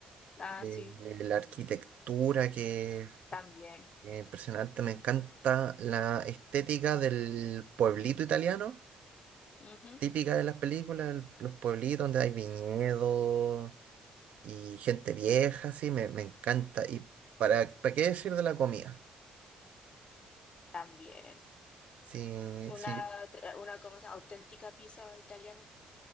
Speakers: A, on the left; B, on the right.
A: Ah,
B: eh,
A: sí,
B: la arquitectura que es
A: también.
B: eh, impresionante. Me encanta la estética del pueblito italiano,
A: Ujú,
B: típica de las películas, el- los pueblitos donde hay viñedos y gente vieja, sí, me, me encanta. Y para, ¿para qué decir de la comida?
A: También.
B: Sí, sí,
A: Una, una como esa auténtica pizza italiana.